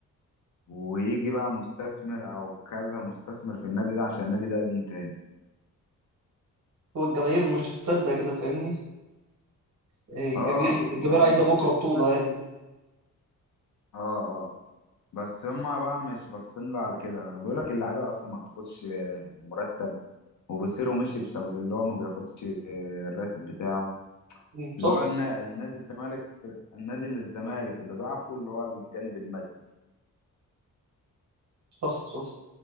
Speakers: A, on the left; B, on the right.
A: ويجي بقى مستثمر أو كذا مستثمر في النادي ده عشان النادي ده يقوم تاني
B: هو الجماهير مش هتصدق كده فاهمني إيه،
A: اه
B: الجماهير الجماهير
A: مع
B: عايزه
A: المشكلة
B: بكره بطوله
A: اه
B: عادي
A: اه بس هما بقى مش باصين لها على كده بيقول لك اللعيبة أصلا ما بتاخدش آه، مرتب وبيصيروا مشي بسبب اللي هو ما بياخدش آه، الراتب بتاعه
B: مم،
A: اللي
B: صح
A: هو النا- النادي الزمالك النادي للزمالك اللي ضعفه اللي هو الجانب المادي دي.
B: صح صح